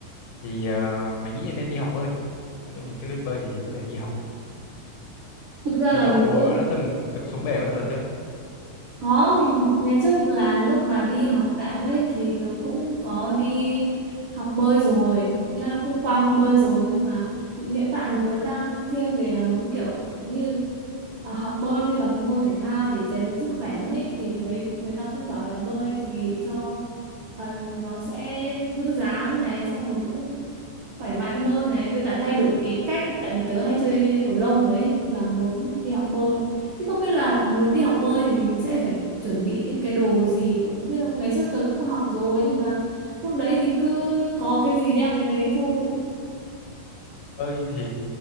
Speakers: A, on the left; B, on the right.
A: thì ờ, mình nghĩ nên đi học bơi còn nếu mình chưa biết bơi thì có thể đi học
B: Thực ra
A: thì
B: là
A: cậu
B: mình cũng
A: đã từng từng xuống bể bao giờ chưa
B: Có, mình ngày trước là lúc mà đi học đại học ấy thì tớ cũng có đi học bơi rồi, cũng nghĩa là cũng qua môn bơi rồi nhưng mà hiện tại thì tớ đang thiên về là muốn kiểu như ờ, học bơi như là một môn thể thao để rèn luyện sức khỏe luôn ấy thì thấy người ta cũng bảo là bơi thì cho ờ, nó sẽ giữ dáng này xong rồi cũng khỏe mạnh hơn này với cả thay đổi cái cách tại vì tớ hay chơi cầu lông rồi ấy nên là muốn đi học bơi Thế không biết là muốn đi học bơi thì mình sẽ phải chuẩn bị những cái đồ gì không biết không ngày xưa tớ cũng học rồi nhưng mà lúc đấy thì cứ có cái gì đem cái đấy thôi
A: bơi thì